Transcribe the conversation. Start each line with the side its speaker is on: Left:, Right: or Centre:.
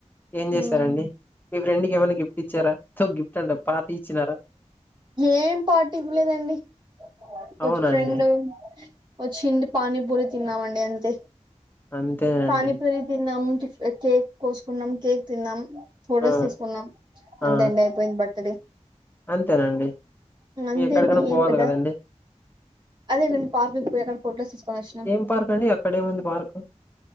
Left: ఏన్ జేశారండి
Right: ఉమ్
Left: మీ ఫ్రెండ్ కేమన్నా గిఫ్ట్ ఇచ్చారా తో గిఫ్ట్ అంట పార్టీ ఇచ్చినారా
Right: ఏం పార్టీదివ్ లేదండి కొత్చ్
Left: అవునండి
Right: ఫ్రెండు ఒచ్చిండి పానీపూరి తిన్నామండి అంతే
Left: అంతేనండి
Right: పానీపూరి తిన్నాం టిఫ్ అ కేక్ కోసుకున్నాం కేక్ తిన్నాం ఫొటోస్
Left: ఆ
Right: తీసుకున్నాం అంతే
Left: ఆ
Right: అండయిపోయింద్ బర్తుడే
Left: అంతేనండి
Right: ఇంగ్ అంతేండి
Left: మీ ఎక్కడికైనా
Right: ఏం
Left: పోవాలి
Right: పెద
Left: కదండి
Right: అదే నేను పార్కుకి పోయ్ అకడ ఫోటస్ తీసుకొన్ ఒచ్చినాం
Left: ఏం పార్క్ అండి అక్కడేముంది పార్క్